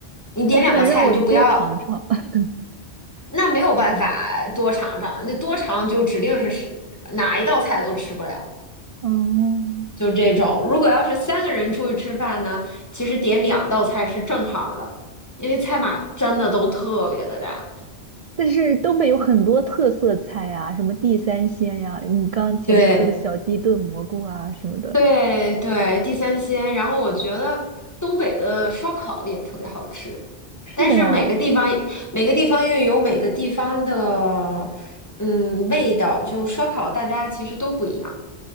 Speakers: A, on the left; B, on the right.
A: 你点两个菜，
B: 它不能让我多尝尝。
A: 你就不要，
B: <laughs>
A: 那没有办法多尝尝，那多尝就指定是是哪一道菜都吃不了。
B: 嗯，
A: 就这种。
B: 嗯
A: 如果要是三个人出去吃饭呢，其实点两道菜是正好的，因为菜码真的都特别的大。
B: 但是东北有很多特色菜呀，什么地三鲜呀，你刚前面说的小鸡炖蘑菇啊什么的。
A: 对对对，地三鲜。然后我觉得东北的烧烤也特别好吃，
B: 是的呀。
A: 但是每个地方每个地方又有每个地方的嗯味道，就烧烤大家其实都不一样。